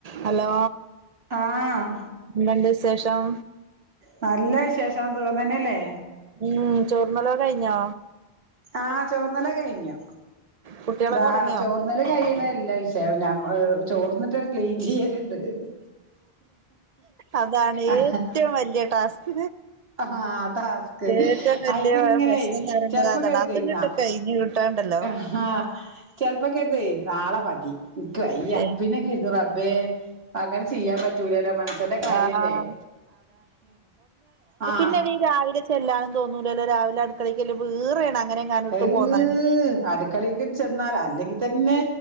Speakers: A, on the right; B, on the right.
A: Hello
B: ആഹ്
A: എന്ത്ണ്ട് വിശ് വിശേഷം
B: നല്ല വിശേഷം സുഖം തന്നെയല്ലേ
A: ഉം ചോർന്നലൊക്കെ കഴിഞ്ഞാ
B: ആഹ് ചോർന്നലൊക്കെ കഴിഞ്ഞ്
A: കുട്ടികളൊക്കെ
B: ഇതാ
A: ഉറങ്ങിയോ
B: ചോർന്നല് കഴിയണല്ല <unintelligible> ചെ ഞമ്മള് ചോർന്നിട്ട് ക്ലീൻ ചെയ്യല്
A: അതാണ്
B: ആഹ്
A: ഏറ്റവും വലിയ ടാസ്ക്
B: ആഹ് ടാസ്ക്
A: ഏറ്റവും വലിയ
B: അതിങ്ങനെ
A: പ്രശ്നം എന്ന് പറയുന്നത്
B: ചെലപ്പോ
A: അതാണ്
B: കരുതേ
A: അത്ങ്ങട്ട്
B: ന്നാ
A: കഴിഞ്ഞ് കിട്ടാണ്ടല്ലോ
B: ആഹ് ചെലപ്പോ കരുതുവെ നാളെ മതി ഇനിക്ക്‌ വയ്യ
A: ഏ
B: പിന്നെ കരുതും റബ്ബെ അങ്ങനെ ചെയ്യാൻ പറ്റൂലല്ലോ മൻസന്റെ കാര്യല്ലേ
A: ആഹ്
B: ആ
A: പിന്നെടീ രാവിലെ ചെല്ലാനും തന്നൂലല്ലോ രാവിലെ അടുക്ക ളേയ്ക്ക് ചെല്ലുമ്പം ഈറെയാണ് അങ്ങനെ എങ്ങാനും ഇട്ട്
B: അഹ്
A: പോന്നാല്
B: അടുക്കളേക്ക് ചെന്നാൽ അല്ലെങ്കി തന്നെ